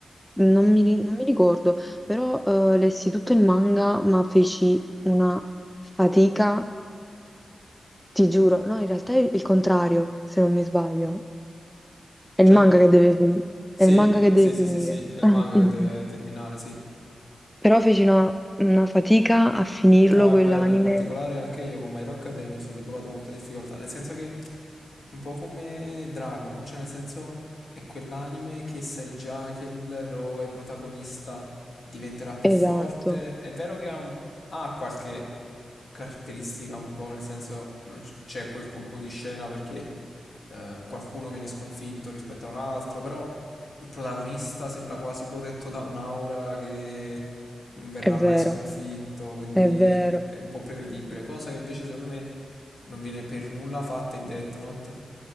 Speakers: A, in the centre; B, on the left.
A: non mi, ri- non mi ricordo, però eh, lessi tutto il manga, ma feci una fatica, ti giuro. No, in realtà è il contrario, se non mi sbaglio. È
B: Cioè,
A: il manga che deve, fi-
B: sì,
A: è il manga che deve
B: sì,
A: finire.
B: sì, sì, sì, è il
A: <laughs> Ah,
B: manga
A: sì.
B: che deve terminare, sì.
A: Però feci una, una fatica a finirlo
B: No,
A: quell'anime.
B: è vero, in particolare anche io con My Hero Academia ho sempre trovato molta difficoltà, nel senso che Un po' come Dragon Ball, cioè nel senso è quell'anime che sai già che l'eroe protagonista diventerà più
A: Esatto,
B: forte. È vero che ha, un- ha qualche caratteristica un po', nel senso non c- c'è quel colpo di scena perché eh, qualcuno viene sconfitto rispetto a un altro, però il protagonista sembra quasi protetto da un'aura che non verrà
A: è vero,
B: mai sconfitto, quindi
A: è vero,
B: è un po' prevedibile, cosa che invece secondo me non viene per nulla fatta in Death Note